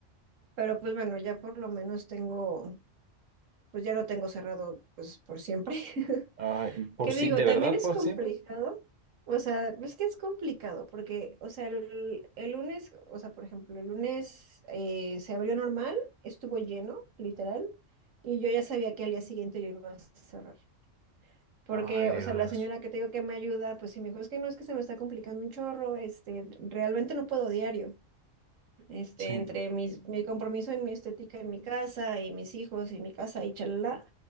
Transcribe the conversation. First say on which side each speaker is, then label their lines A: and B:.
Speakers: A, on the right; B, on the right.
A: Pero pues bueno, ya por lo menos tengo pues ya lo tengo cerrado pues por siempre.
B: Ay,
A: <laughs>
B: por
A: ¿Qué
B: si,
A: digo?
B: ¿de verdad
A: También es
B: por
A: complicado.
B: siempre?
A: O sea, es que es complicado porque, o sea, el, el lunes, o sea, por ejemplo, el lunes eh, se abrió normal, estuvo lleno, literal, y yo ya sabía que al día siguiente yo iba a cerrar. Porque,
B: Ay,
A: o
B: Dios.
A: sea, la señora que te digo que me ayuda, pues sí me dijo, es que no es que se me está complicando un chorro, este, realmente no puedo diario. Este,
B: Sí.
A: entre mis, mi compromiso en mi estética en mi casa y mis hijos y mi casa y chalala,